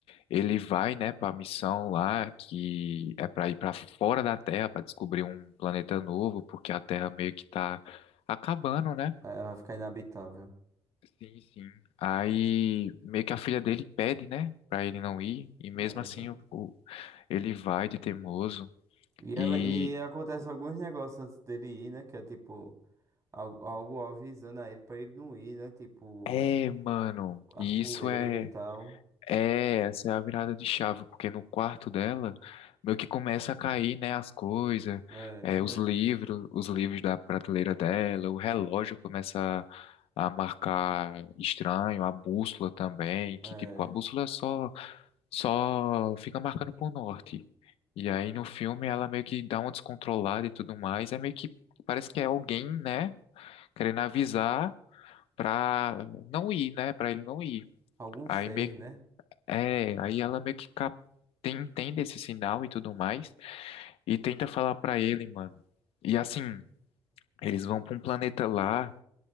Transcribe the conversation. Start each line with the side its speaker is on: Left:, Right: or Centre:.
Left: ele vai, né, para a missão lá que é para ir para fora da Terra para descobrir um planeta novo, porque a Terra meio que tá acabando, né?
Right: Aí vai ficar inabitável.
Left: Sim, sim. Aí meio que a filha dele pede, né, para ele não ir, e mesmo
Right: É
Left: assim
Right: isso.
Left: o, o- ele vai de teimoso
Right: E,
Left: e
Right: ela, e acontece alguns negócios antes dele ir, né? Que é tipo, algo, algo avisando a ele pra ele não ir, né? Tipo,
Left: é, mano,
Right: as
Left: e
Right: poeiras
Left: isso é
Right: e tal.
Left: É, essa é a virada de chave, porque no quarto dela meio que começa a cair, né, as coisas,
Right: É,
Left: é,
Right: isso mesmo.
Left: os livros, os livros da prateleira dela, o relógio começa a, a marcar estranho, a bússola também,
Right: É,
Left: que tipo, a bússola só só fica marcando pro norte. E aí no filme ela meio que dá uma descontrolada e tudo mais, é meio que parece que é alguém, né, querendo avisar pra não ir, né, pra ele não ir.
Right: algum
Left: Aí
Right: ser,
Left: meio
Right: né?
Left: é, aí ela meio que cap... tem- entende esse sinal e tudo mais e tenta falar pra ele, mano. E assim, eles vão pra um planeta lá